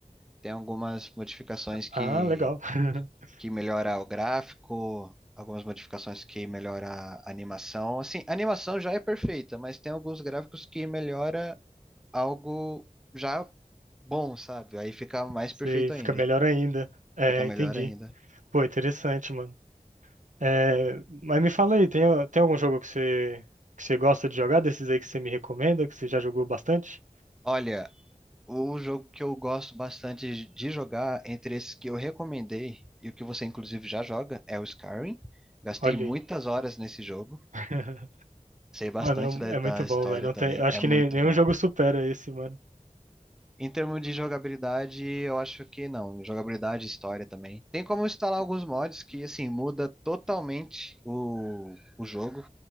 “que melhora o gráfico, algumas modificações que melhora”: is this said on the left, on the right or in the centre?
Centre